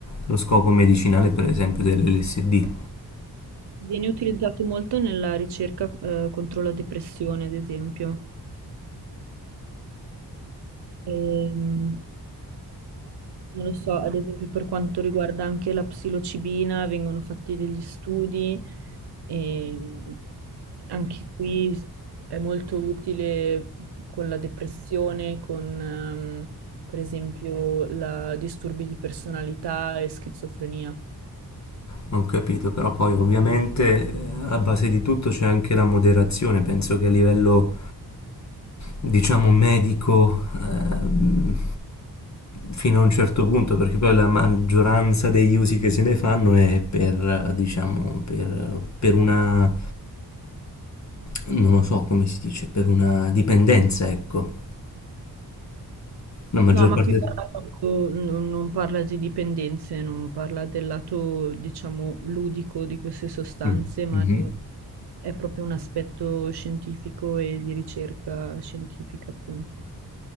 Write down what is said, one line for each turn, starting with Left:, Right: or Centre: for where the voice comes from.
Left: Lo scopo medicinale, per esempio, dell'LSD.
Right: Viene utilizzato molto nella ricerca, eh, contro la depressione, ad esempio. Ehm, non lo so, ad esempio per quanto riguarda anche la psilocibina, vengono fatti degli studi e anche qui è molto utile con la depressione, con ehm, per esempio la disturbi di personalità e schizofrenia.
Left: Non capito, però poi ovviamente eh, alla base di tutto c'è anche la moderazione. Penso che a livello, diciamo, medico, ehm, fino a un certo punto, perché poi la maggioranza degli usi che se ne fanno è per, eh, diciamo, per, per una, non lo so come si dice, per una dipendenza, ecco. La maggior
Right: No, ma
Left: parte...
Right: qui parla proprio- n- non parla di dipendenze, non parla del lato, diciamo, ludico di queste sostanze,
Left: Mm,
Right: ma
Left: mhm.
Right: è proprio un aspetto scientifico e di ricerca scientifica, appunto.